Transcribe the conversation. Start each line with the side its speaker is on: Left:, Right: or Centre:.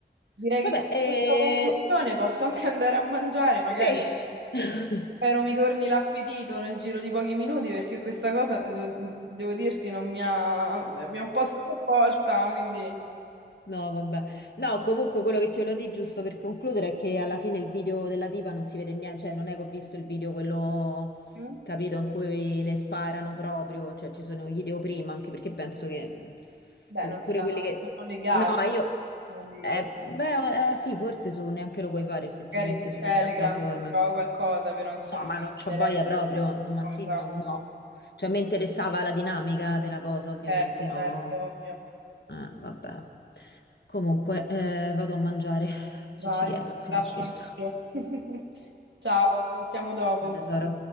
Right: Direi
Left: Vabbè,
Right: che con
Left: eh,
Right: questa conclusione posso anche andare a mangiare,
Left: sì.
Right: magari.
Left: <laughs>
Right: Spero mi torni l'appetito nel giro di pochi minuti perché questa cosa, te- devo dirti, non mi ha, mi ha un po' sconvolta, quindi
Left: No, vabbè. No, comunque quello che ti volevo dire, giusto per concludere, è che alla fine il video della tipa non si vede niente, cioè non è che ho visto il video quello,
Right: Mm.
Left: capito, in cui le sparano proprio, cioè ci sono i video prima, anche perché penso che mh,
Right: beh,
Left: pu-
Right: non
Left: pure
Right: sia
Left: quelli che...
Right: non legale
Left: No, io...
Right: posso condividere.
Left: eh, beh, eh, sì, forse su, neanche lo puoi fare effettivamente
Right: Magari su
Left: sulle
Right: Telegram
Left: piattaforme.
Right: si trova qualcosa, però insomma
Left: No, ma
Right: io
Left: non
Right: eviterei.
Left: c'ho voglia proprio, ma
Right: No,
Left: chi,
Right: esatto,
Left: ma no. Cioè, mi interessava la dinamica della cosa, ovviamente
Right: certo,
Left: no.
Right: certo, ovvio.
Left: Eh, vabbè. Comunque, eh, vado a mangiare, se
Right: Vai,
Left: ci riesco.
Right: ti
Left: No,
Right: lascio
Left: scherzo.
Right: anch'io. <laughs> Ciao, ci sentiamo dopo.
Left: Ciao tesoro.